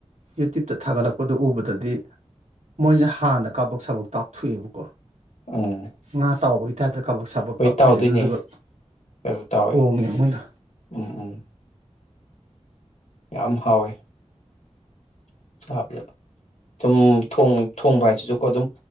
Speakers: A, on the right (about 85°); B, on the left (about 80°).
A: ꯌꯨꯇ꯭ꯌꯨꯕꯇ ꯊꯥꯒꯠꯂꯛꯄ ꯑꯗꯨ ꯎꯕꯗꯗꯤ ꯃꯣꯏꯁꯦ ꯍꯥꯟꯅ ꯀꯥꯕꯛ ꯁꯥꯕꯛ ꯇꯥꯛꯊꯣꯛꯑꯦꯕꯀꯣ
B: ꯎꯝ
A: ꯉꯥ ꯇꯥꯎꯕꯩ <unintelligible> ꯀꯥꯕꯛ ꯁꯥꯕꯛ
B: ꯍꯣꯏ
A: ꯇꯧꯊꯣꯛꯑꯦ
B: ꯇꯥꯎꯗꯣꯏꯅꯦ
A: ꯑꯗꯨꯗꯨꯒ
B: ꯀꯩꯅꯣ ꯇꯥꯎꯋꯦ
A: ꯍꯣꯡꯉꯦ ꯃꯣꯏꯅ
B: ꯎꯝ ꯎꯝ ꯌꯥꯝ ꯍꯥꯎꯋꯦ <unintelligible> ꯁꯨꯝ ꯊꯣꯡ ꯊꯣꯡꯕ ꯍꯥꯏꯁꯤꯁꯨꯀꯣ ꯑꯗꯨꯝ